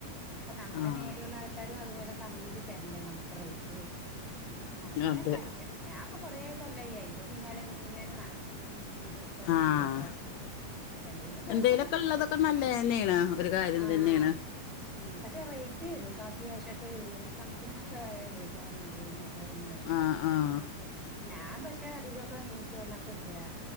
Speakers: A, in the centre; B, on the left.
A: അപ്പ നമ്മുടെ
B: ആഹ്
A: മേലെയുള്ള ആൾക്കാരും അതുപോലെ കമ്മിക്ക് തരണ്ടേ നമ്മുക്ക് റേറ്റ് അങ്ങനെയൊക്കെ
B: അതെ
A: ആയിട്ട് ഞാൻപ്പൊ കൊറേ കൊല്ലായി അയ്‌ന്റെ പിന്നാലങ്ങനെ നടക്കും സ്ഥലം
B: ആഹ്
A: ഒന്നും താക്കാഞ്ഞിട്ട് എന്തെങ്കിലും കൊറച്ചൊക്കെ
B: എന്തേലൊക്കെ
A: കിട്ടും
B: ഉള്ളതൊക്കെ നല്ലതന്നെയാണ് ഒരു കാര്യം
A: ആഹ്
B: തന്നെയാണ്
A: ഉം പക്ഷേ റേറ്റ് വരും കേട്ടോ അത്യാവശ്യംക്കെ ഇരുന്നൂറ്റി സംതിങ്ങ് ഒക്കെ വയിറ്റാറുണ്ട് ഇരുന്നൂറ് എണ്ണൂറ
B: ആഹ് ആഹ്
A: ഉം ഞാൻ പക്ഷെ അധികൊക്കെ മീഷോന്നൊക്കെ എടുക്കലാ